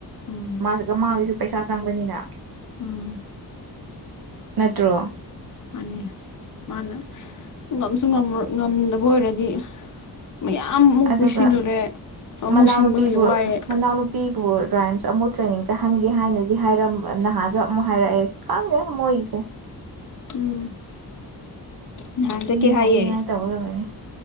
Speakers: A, on the left; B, on the right.
A: ꯎꯝ
B: ꯃꯥꯁꯨ ꯃꯥꯁꯤꯁꯨ ꯄꯩꯁꯥ ꯆꯪꯕꯅꯤꯅ
A: ꯎꯝ
B: ꯅꯠꯇ꯭ꯔꯣ
A: ꯃꯥꯅꯤ ꯃꯥꯅ ꯉꯝꯁꯨ ꯉꯝꯗꯕ ꯑꯣꯏꯔꯗꯤ ꯃꯌꯥꯝꯃꯨꯛ
B: ꯑꯗꯨꯒ
A: ꯄꯨꯁꯤꯜꯂꯨꯔꯦ ꯑꯃꯨꯛ
B: ꯃꯅꯥꯎꯅꯨꯄꯤꯕꯨ
A: ꯁꯤꯡꯕ ꯋꯥꯏꯑꯦ
B: ꯃꯅꯥꯎꯅꯨꯄꯤꯕꯨ ꯔꯥꯏꯝꯁ ꯑꯃꯨꯛ ꯇ꯭ꯔꯦꯅꯤꯡ ꯆꯠꯍꯟꯒꯦ ꯍꯥꯏꯅꯗꯤ ꯍꯥꯏꯔꯝꯕ ꯅꯍꯥꯟꯁꯨ ꯑꯃꯨꯛ ꯍꯥꯏꯔꯛꯑꯦ ꯈꯪꯗꯦ ꯃꯣꯏꯒꯤꯁꯦ
A: ꯎꯝ ꯅꯍꯥꯟ ꯆꯠꯀꯦ
B: ꯃꯤ ꯉꯧꯅꯤꯉꯥꯏ
A: ꯍꯥꯏꯌꯦ
B: ꯇꯧꯔ ꯂꯩꯌꯦ